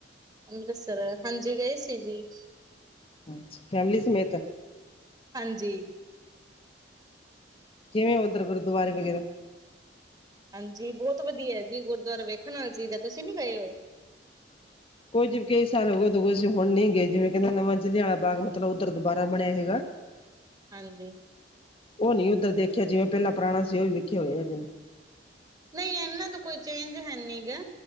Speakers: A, on the right; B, on the left.
A: ਅੰਮ੍ਰਿਤਸਰ ਹਾਂਜੀ ਗਏ ਸੀ ਜੀ।
B: ਅੱਛਾ ਫੈਮਲੀ ਸਮੇਤ
A: ਹਾਂਜੀ
B: ਕਿਵੇਂ ਉਧਰ ਗੁਰਦੁਵਾਰੇ ਵਗੈਰਾ
A: ਹਾਂਜੀ, ਬਹੁਤ ਵਧੀਆ ਜੀ ਗੁਰਦੁਆਰਾ ਵੇਖਣ ਵਾਲੀ ਚੀਜ਼ ਹੈ ਤੁਸੀਂ ਨੀ ਗਏ ਹੋਏ।
B: ਕੋਈ ਜ ਕਈ ਸਾਲ ਹੋ ਉਦੋ ਹੁਣ ਨਹੀਂ ਗਏ ਜਿਵੇਂ ਕਹਿੰਦੇ ਨਵਾਂ ਜ਼ਿਲ੍ਹਿਆਂ ਵਾਲਾ ਬਾਗ ਮਤਲਬ ਉੱਧਰ ਦੁਬਾਰਾ ਬਣਿਆ ਹੈਗਾ।
A: ਹਾਂਜੀ।
B: ਉਹ ਨੀ ਉੱਧਰ ਦੇਖਿਆ ਜਿਵੇਂ ਪਹਿਲਾਂ ਪੁਰਾਣਾ ਸੀ ਉਹ ਵੀੇਖੇ ਹੋਏ ਆ ਜਿਵੇਂ।
A: ਨਹੀਂ, ਇਹਨਾਂ ਤੋਂ ਕੋਈ ਚੇਂਜ ਹੈਨੀ ਗ।